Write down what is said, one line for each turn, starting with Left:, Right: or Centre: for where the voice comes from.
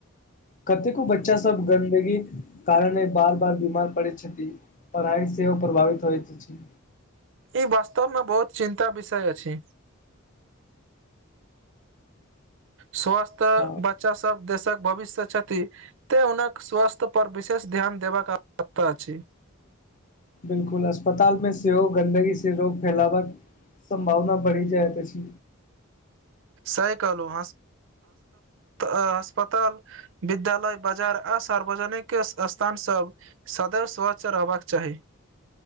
Left: कतेको बच्चा सब गन्दगी कारणे बार बार बीमार पड़ैत छथिन पढ़ाइ सेहोव प्रभावित होइतइत छै
Right: ई वास्तवमे बहुत चिन्ता विषय अछि स्वास्थ
Left: हँ
Right: बच्चा सभ देशक भविष्य छथि एते हुनक स्वास्थ्य पर विशेष ध्यान देबाक आवश्यकता छै
Left: बिलकुल अस्पताल मे सेहो गन्दगी से रोग फैलावक संभावना बढि जैत अछि
Right: सहि कहलों ह अस्पताल विद्यालय बाजार आ सार्वजनिक स्थान सब सदैव स्वच्छ रहबाक चाही